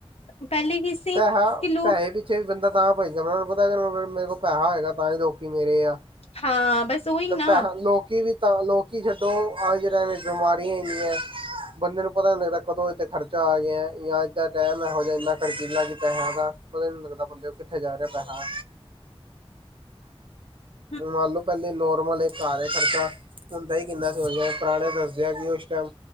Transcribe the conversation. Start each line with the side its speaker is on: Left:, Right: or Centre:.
Left: ਪਹਿਲੇ ਕੀ ਸੀ
Right: ਪੈਸਾ
Left: ਕਿ ਲੋਕ
Right: ਪੈਹੇੇ ਤੇ ਬੰਦਾ ਤਾਂ ਭੱਜਦਾ ਪਿਆ, ਉਹਨੂੰ ਪਤਾ ਮੇਰੇ ਕੋਲ ਪੈਹਾ ਹੋਏਗਾ, ਤਾਂ ਹੀ ਲੋਕੀ ਮੇਰੇ ਆ।
Left: ਹਾਂ ਬਸ। ਉਹੀ ਨਾ
Right: ਪੈਸਾ ਲੋਕੀ ਵੀ ਤਾਂ ਲੋਕੀ ਛੱਡੋ ਅੱਜ ਟਾਈਮ ਬਿਮਾਰੀਆਂ ਇਨਿਆ ਹੀਂ ਹੈ। ਬੰਦੇ ਨੂੰ ਪਤਾ ਨੀ ਲੱਗਦਾ ਕਦੋਂ ਇੱਥੇ ਖਰਚਾ ਆ ਗਿਆ, ਜਾਂ ਇਦ ਦਾ ਟਾਈਮ ਇਹੋ ਜਿਹਾ ਇੰਨਾ ਖਰਚੀਲਾ ਕੀ ਪੈਸੇਆ ਦਾ- ਪਤਾ ਨੀ ਲੱਗਦਾ ਬੰਦੇ ਕੋ ਉਹ ਕਿੱਥੇ ਜਾ ਰਿਹਾ ਪੈਸਾ।
Left: <inaudible>
Right: ਮੰਨ ਲੋ ਪਹਿਲੇ ਨੋਰਮਲ ਇੱਕ ਘਾਰਹਾ ਖਰਚਾ। ਹੁੰਦਾ ਹੀ ਕਿੰਨਾ ਹੀ, ਹੁਣ ਜਿਵੇਂ ਪੁਰਾਣੇ ਦੱਸਦਿਆਂ ਕਿ, ਉਸ ਟਾਈਮ